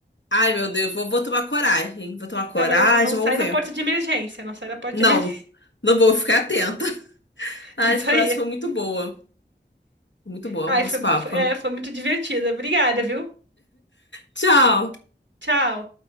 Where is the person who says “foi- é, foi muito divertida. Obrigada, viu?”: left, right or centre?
Right